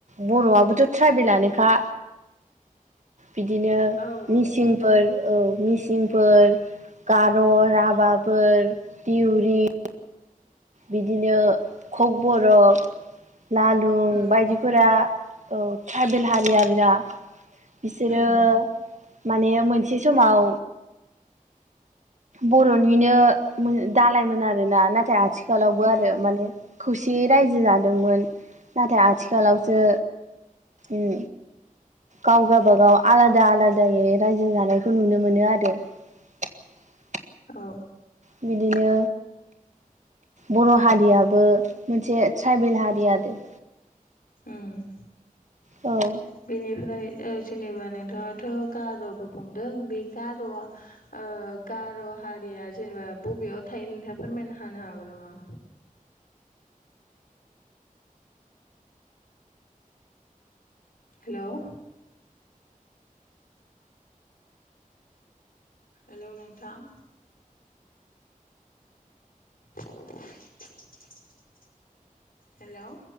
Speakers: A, on the right; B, on the left.
A: बर'आबोथ' ट्राइबेलानोखा। बिदिनो
B: औ
A: मिसिंफोर
B: औ
A: औ मिसिंफोर गर' राभाफोर दिउरि बिदिनो खक बरक नालुं
B: उम
A: बायदिफोरा औ ट्राइबेल हारि आरो ना बिसोरो
B: उम
A: माने मोनसे समाव बर'निनो दालायमोन आरोना नाथाय आथिखालावबो
B: उम
A: आरो माने खौसे बे रायजो जादोंमोन नाथाय आथिखालावसो उम गाव गाबागाव आलादा आलादायै रायजो जानायखौ नुनो मोनो आरो। <unintelligible>
B: औ
A: बिदिनो बर' हारियाबो मोनसे ट्राइबेल हारि आरो।
B: उम
A: औ।
B: बेनिफ्राय ओ जेनेबा नोंथाङाथ' गार'बो बुंदों बे गार'आ ओ गार' हारिया जेनेबा बबेयाव थायो नोंथाङा फोरमायनो हानो हागौ नामा? हेल' हेल' नोंथां। <unintelligible> हेल'।